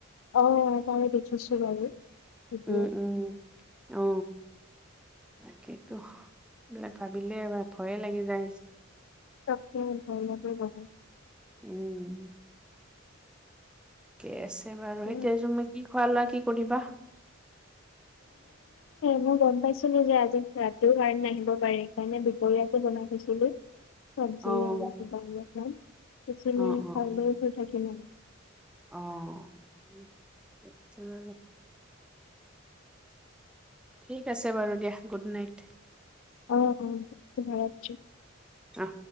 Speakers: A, on the left; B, in the centre.
A: অ, দেখিছো বাৰু। ভিডিঅ'।
B: উম- উম, অ। তাকেইটো, এইবিলাক ভাবিলে ভয়ে লাগি যায়।
A: তাকেই ভয় লাগে বহুত।
B: উম। ঠিকেই আছে বাৰু,
A: উম,
B: এতিয়া তুমি কি খোৱালা, কি কৰিবা?
A: মই গম পাইছিলোঁ যে, আজি ৰাতিৰ কাৰেণ্ট নাহিব পাৰে সেইকাৰণে দূপৰীয়াতে বনাই থৈছিলোঁ। চব্জি
B: অ',
A: আৰু কিবা এটা ফ্ৰাই সেইখিনি
B: অ', অ',
A: খাই শুই থাকিলোঁ।
B: অ, ঠিক আছে বাৰু। ঠিক আছে বাৰু দিয়া, গুড নাইট।
A: অ, অ শুভৰাত্ৰি।
B: অ।